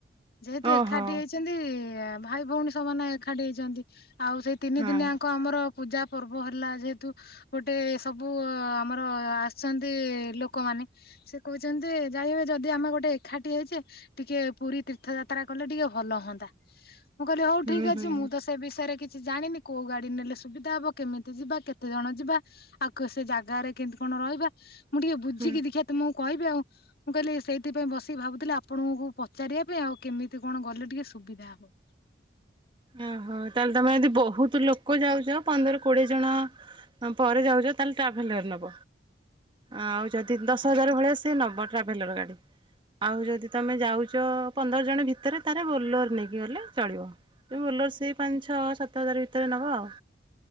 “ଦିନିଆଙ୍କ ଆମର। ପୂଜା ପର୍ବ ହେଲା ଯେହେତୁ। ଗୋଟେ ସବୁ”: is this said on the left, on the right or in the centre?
Left